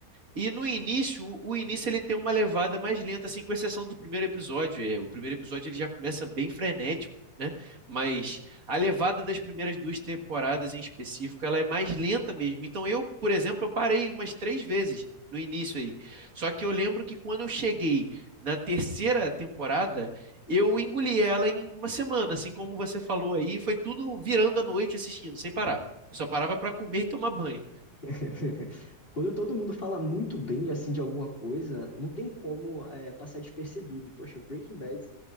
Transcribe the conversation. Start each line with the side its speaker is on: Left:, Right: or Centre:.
Right: E no início, o o início ele tem uma levada mais lenta, assim, com exceção do primeiro episódio. É, o primeiro episódio ele já começa bem frenético, né? Mas a levada das primeiras duas temporadas em específico, ela é mais lenta mesmo. Então eu, por exemplo, eu parei umas três vezes no início aí. Só que eu lembro que quando eu cheguei na terceira temporada, eu engoli ela em uma semana, assim como você falou aí, foi tudo virando à noite assistindo, sem parar. Eu só parava para comer e tomar banho.
Left: <laughs> Quando todo mundo fala muito bem assim de alguma coisa, não tem como é, passar despercebido. E, Poxa, Breaking Bad